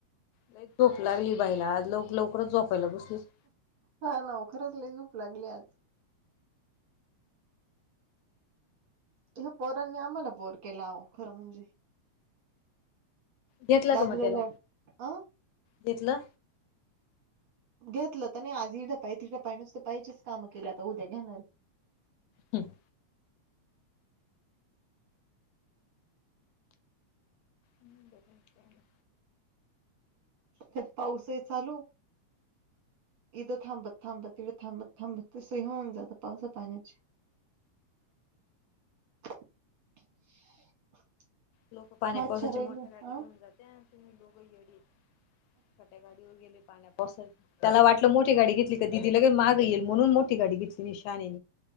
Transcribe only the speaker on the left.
लईच झोप लागली बाईला आज लव लवकरच झोपायला बसलीस.
घेतला
का मग त्याला
घेतलं?
हम् हम्म बघू त्याना.
लोक पाण्या
पावसाची
मोठ्या गाड्या
घेऊन जात्या अन तुम्ही लोगं येडी. छोट्या गाडीव गेले पाण्या पावसा त्याला वाटलं मोठी गाडी घेतली. दिदी लग मागं येईल म्हणून मोठी गाडी घेतली निशाने.